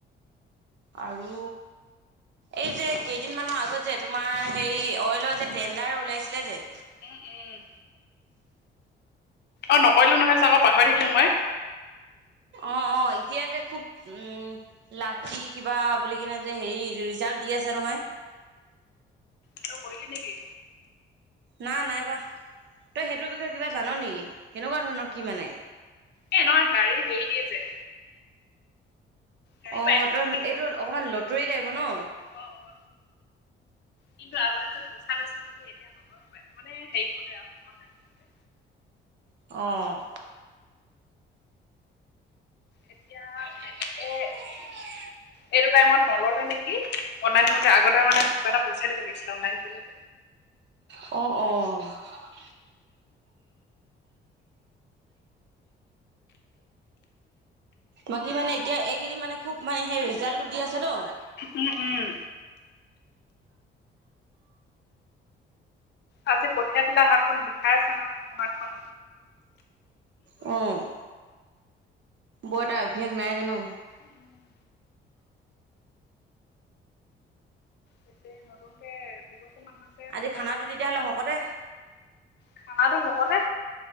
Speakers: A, on the right; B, on the left.
A: আৰু এই যে কেইদিন মানৰ আগত যে তোমাৰ হেৰি অইলৰ যে টেণ্ডাৰ ওলাইছিলে যে
B: উম, উম অ' নকৰিলোঁ নহয় চা আক পাহৰি থাকিলোঁ মই।
A: অ', অ' এতিয়া যে খুব উম লাখি কিবা বুলি কিনে যে হেৰি ৰিজাল্ট দি আছে নহয়।
B: তই কৰিলি নেকি?
A: না নাই কৰা। তই সেইটোৰ বিষয়ে কিবা জান নেকি? কেনেকুৱা ধৰণৰ কি মানে?
B: এ এনেকুৱা গাড়ী হেৰি দিয়ে যে গাড়ী
A: অ'
B: পায় নেকি
A: ত
B: ইমান
A: এইটো অকমান লটৰি টাইপৰ ন?
B: অ অ কিন্তু আগতে যে পইচা লৈছিল নেকি এতিয়া নলয় পাই মানে হেৰি কৰোতে আৰু অনলাইন। কৰোতে
A: অ'।
B: এতিয়া মানে
A: <inaudible>
B: এ এইটো টাইমত নল'লে নেকি অনলাইন কৰতে আগতে মানে কিবা এটা পইচা দিব লাগিব। <unintelligible> আনলাই কৰিলে
A: অ', অ'। <unintelligible> বাকী মানে এতিয়া এইকেইদিন মানে খুব মানে সেই ৰিজালটো দি আছে তো
B: উম উম আজি কঠিয় তোলা হাতখন বিষাই আছে নহয়, সোঁহাতখন
A: অ'। বৰ এটা অভ্যাস নাই যে ন।
B: উম বেছেৰি নতুনকে দুবছৰ মান হৈছে
A: আজি
B: পথাৰত
A: খানাটো
B: নমা।
A: তেতিয়াহ'লে শকতে
B: খানা টো হকতে